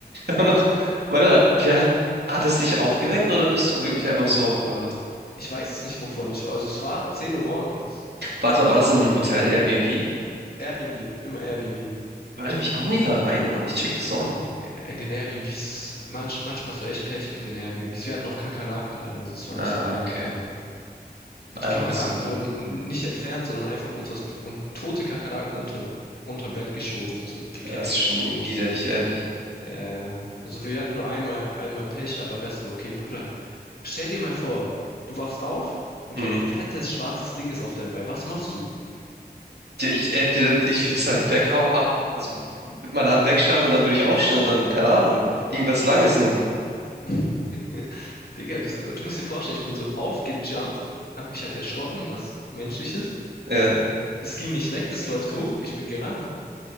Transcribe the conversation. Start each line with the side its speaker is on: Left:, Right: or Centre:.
Right: Auch noch, warte, mal, hat, hat es dich aufgeweckt oder bist du wirklich einfach so aufgewacht?
Left: Ich weiß es nicht, wovon ich. Also es war 10 Uhr morgens.
Right: Warte mal, war das in einem Hotel, Airbnb?
Left: Airbnb, immer Airbnb.
Right: Warte, Wie kommen die da rein, Mann? Ich check das auch nicht.
Left: Ja, In den Airbnbs, manch, manchmal hast du echt Pech mit den Airbnbs. Wir hatten auch Kakerlaken da, also es war
Right: Ah,
Left: nicht so geil.
Right: okay.
Left: Und
Right: Einfach
Left: die Kakerlaken
Right: so eine.
Left: wurden n- nicht entfernt, sondern einfach unters, Be- und tote Kakerlaken unterm, unterm Bett geschoben, sozusagen, gekehrt
Right: Ja, ist
Left: sozusagen.
Right: schon widerlich, ehrlich.
Left: Ja, also wir hatten nur einmal, einmal Pech, aber Rest war okay. Bruder, Stell dir mal vor, du wachst auf und
Right: Mhm.
Left: so ein fettes schwarzes Ding ist auf deinem Bein. Was machst du?
Right: Ja, ich äh, dir- ich würde es halt weghauen, ab. Also mit meiner Hand wegschlagen und dann würde ich aufstehen und dann, keine Ahnung, irgendwas Langes nehmen.
Left: <laughs> Digga, das, du musst dir vorstellen, ich bin so aufgejumpt, hab mich halt erschrocken, was menschlich ist.
Right: Ja.
Left: Es ging nicht weg, das läuft hoch, ich bin gerannt.